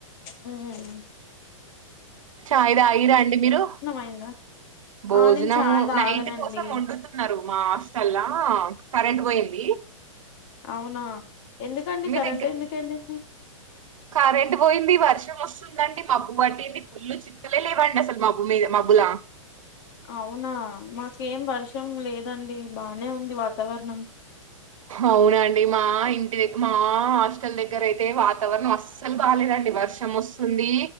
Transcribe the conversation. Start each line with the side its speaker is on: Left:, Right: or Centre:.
Left: హ్మ్
Right: చాయ్ తాగిండ్రా అండి మీరు
Left: అయిందా
Right: భోజనము
Left: ఆ నేను చాయ్ తాగనండి
Right: నైట్ కోసం వండుతున్నారు మా హాస్టల్లా కరెంట్ పోయింది
Left: అవునా ఎందుకండి
Right: మీ
Left: కరెంట్
Right: దగ్గర
Left: ఎందుకు ఎళ్ళింది
Right: కరెంట్ పోయింది వర్షం వస్తుందండి మబ్బు పట్టింది ఫుల్ చిక్కలే లేవండి అసలు మబ్బు మీద మబ్బులా
Left: అవునా మాకేం వర్షం లేదండి బానే ఉంది వాతావరణం
Right: అవునండి మా ఇం మా హాస్టల్ దగ్గర అయితే వాతావరణం అస్సల్ బాలేదండి వర్షం వస్తుంది